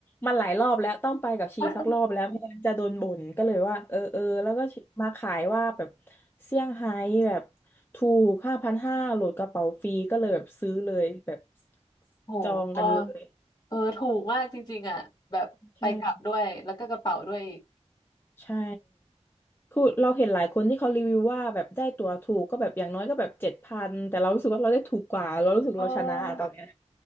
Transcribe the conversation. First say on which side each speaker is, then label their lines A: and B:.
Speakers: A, on the left (about 20°); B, on the left (about 35°).
A: มันหลายรอบแล้วต้องไปกับชีสักรอบแล้วไม่งั้นจะโดนบ่นก็เลยว่าเออเออแล้วก็มาขายว่าแบบ
B: เออ
A: เซี่ยงไฮ้แบบ ถูกห้าพันห้าโหลดกระเป๋าฟรีก็เลยแบบซื้อเลยแบบ
B: <laughs> โหอ๋
A: จองกันเลย
B: <laughs> อเออถูกมากจริงๆอะแบบไปกลับด้วยแล้วก็กระเป๋าด้วยอีก
A: ใช่ใช่คือเราเห็นหลายคนที่เขารีวิวว่าแบบได้ตั๋วถูกก็แบบอย่างน้อยก็แบบเจ็ดพันแต่เรารู้สึกว่าเราได้ถูกกว่าเรารู้สึกเราชนะอะตอนเนี้ย
B: เออ